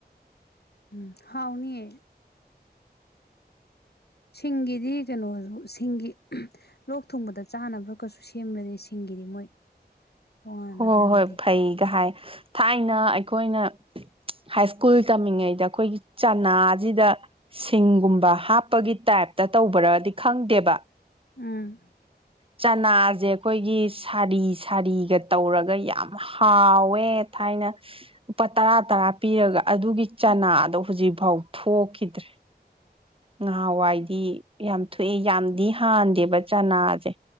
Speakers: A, on the left; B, on the right.
A: ꯎꯝ ꯍꯥꯎꯅꯤꯌꯦ꯫ ꯁꯤꯡꯒꯤꯗꯤ ꯀꯩꯅꯣꯁꯨ ꯁꯤꯡꯒꯤ ꯂꯣꯛ ꯊꯨꯡꯕꯗ ꯆꯥꯅꯕ ꯀꯩꯁꯨ ꯁꯦꯝꯕꯅꯤ ꯁꯤꯡꯒꯤ ꯒꯤꯗꯤ ꯃꯣꯏ ꯇꯣꯉꯥꯟꯅꯒ
B: ꯍꯣꯏ-ꯍꯣꯏ
A: ꯌꯥꯝ ꯂꯩꯕꯅꯤ
B: ꯐꯩꯒ ꯍꯥꯏ ꯊꯥꯏꯅ ꯑꯩꯈꯣꯏꯅ ꯍꯥꯏꯁ꯭ꯀꯨꯜ ꯇꯝꯃꯤꯉꯩꯗ ꯑꯩꯈꯣꯏꯒꯤ ꯆꯅꯥꯁꯤꯗ ꯁꯤꯡꯒꯨꯝꯕ ꯍꯥꯞꯄꯒꯤ ꯇꯥꯏꯞ ꯗ ꯇꯧꯕꯔꯗꯤ ꯈꯪꯗꯦꯕ
A: ꯎꯝ꯫
B: ꯆꯅꯥꯁꯦ ꯑꯩꯈꯣꯏꯒꯤ ꯁꯥꯔꯤ ꯁꯥꯔꯤꯒ ꯇꯧꯔꯒ ꯌꯥꯝ ꯍꯥꯎꯋꯦ ꯊꯥꯏꯅ ꯂꯨꯄꯥ ꯇꯔꯥ ꯇꯔꯥ ꯄꯤꯔꯒ ꯑꯗꯨꯒꯤ ꯆꯅꯥꯗꯣ
A: ꯎꯝ
B: ꯍꯧꯖꯤꯛꯐꯥꯎ ꯊꯣꯛꯈꯤꯗ꯭ꯔꯦ ꯉꯍꯥꯟꯋꯥꯏꯗꯤ ꯌꯥꯝ ꯊꯨꯑꯦ ꯌꯥꯝꯗꯤ ꯍꯥꯟꯗꯦ ꯆꯅꯥꯁꯦ